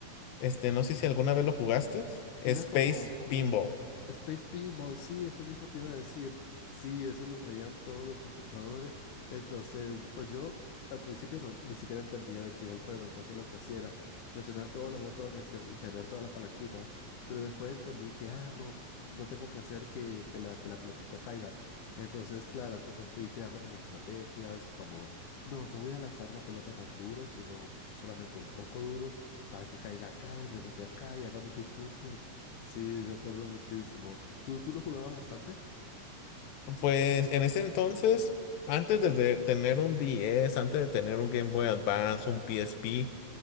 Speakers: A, on the left; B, on the left.
A: Este, no sé si alguna vez lo jugaste. Space
B: Era como, como
A: Pinball.
B: un Space Pinball, sí, eso mismo te iba a decir. Sí, eso lo traían todos los computadores. Entonces, pues yo al principio no- ni siquiera entendía de qué iba el juego. Entonces lo que hacía era presionar todos los botones y, as- y jalar todas las palanquitas. Pero después entendí que, ah, no, no tengo que hacer que, que la, que la pelotita caiga. Entonces, claro, entonces fui creando como estrategias, como, no, no voy a lanzar la pelota tan duro, sino solamente un poco duro para que caiga acá y rebote acá y haga muchos puntos. Sí, me acuerdo muchísimo. ¿Tú, tú lo jugabas bastante?
A: Pues en ese entonces, antes de de tener un 10, antes de tener un Game Boy Advance, un PSP,